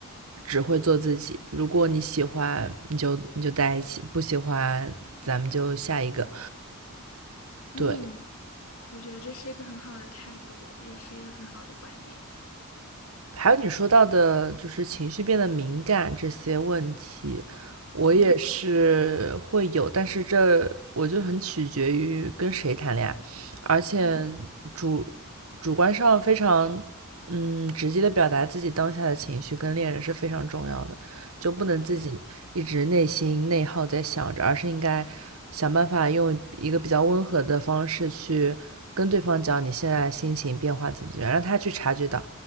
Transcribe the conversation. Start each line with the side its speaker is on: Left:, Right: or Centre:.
Right: 只会做自己。如果你喜欢，你就你就在一起；不喜欢，咱们就下一个。
Left: 嗯，
Right: 对，
Left: 我觉得这是一个很好的态度，也是一个很好的观点。
Right: 还有你说到的，就是情绪变得敏感这些问题，我也是会有，
Left: 嗯
Right: 但是这我就很取决于跟谁谈恋爱，而且主
Left: 嗯，
Right: 主观上非常嗯直接的表达自己当下的情绪跟恋人是非常重要的，就不能自己一直内心内耗在想着，
Left: 对
Right: 而是应该想办法用一个比较温和的方式去跟对方讲你现在心情变化怎么怎么样，让他去察觉到。